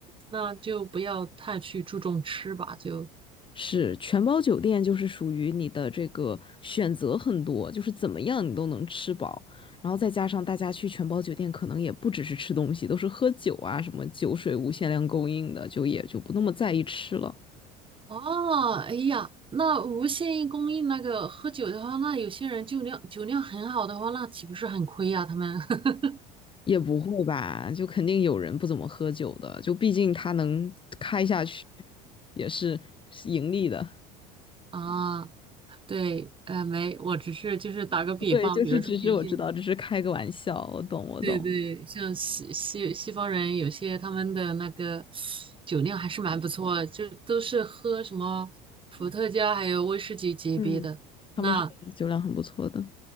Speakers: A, on the right; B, on the left.
A: 那就不要太去注重吃吧，就
B: 是全包酒店，就是属于你的这个选择很多，就是怎么样你都能吃饱。然后再加上大家去全包酒店，可能也不只是吃东西，都是喝酒啊，什么酒水无限量供应的，就也就不那么在意吃了。
A: 哦，哎呀，那无限供应那个喝酒的话，那有些人酒量酒量很好的话，那岂不是很亏呀、他们 <laughs>
B: 也不会吧，就肯定有人不怎么喝酒的，就毕竟他能开下去也是盈利的。
A: 啊，对，呃，没，我只是就是打个比方，
B: <laughs> 对，就是只是我知道，
A: 比如说有些
B: 只是开个玩笑，我懂，我懂。
A: 对对，像西西西方人，有些他们的那个酒量还是蛮不错的，就都是喝什么伏特加还有威士忌级别的。
B: 嗯，他们是酒量很不错的。
A: 那